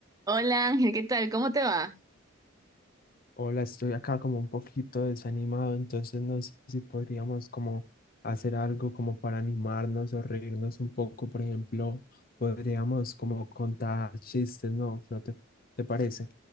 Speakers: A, on the right (about 15°); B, on the left (about 45°).
A: Hola Ángel, ¿qué tal? ¿Cómo te va?
B: Hola, estoy acá como un poquito desanimado, entonces no sé si podríamos como hacer algo como para animarnos o reírnos un poco, por ejemplo, podríamos como contar chistes, ¿no? ¿No te, te parece?